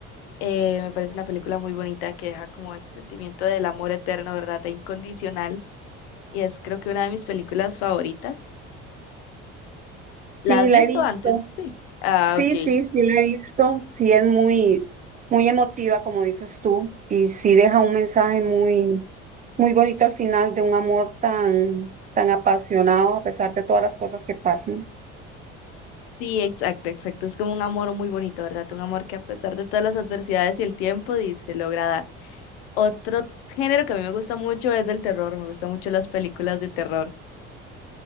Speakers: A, on the left (about 80°); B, on the right (about 30°).
A: Eh, me parece una película muy bonita que deja como ese sentimiento del amor eterno, ¿verdad? E incondicional. Y es creo que una de mis películas favoritas. ¿La
B: Sí,
A: has
B: la
A: visto
B: he visto.
A: antes? Sí. Ah,
B: Sí,
A: ok.
B: sí, sí la he visto, sí es muy, muy emotiva, como dices tú, y sí deja un mensaje muy, muy bonito al final de un amor tan, tan apasionado a pesar de todas las cosas que pasan.
A: Sí, exacto, exacto. Es como un amor muy bonito, ¿verdad? Un amor que a pesar de todas las adversidades y el tiempo, di- se logra dar. Otro género que a mí me gusta mucho es el terror. Me gustan mucho las películas de terror.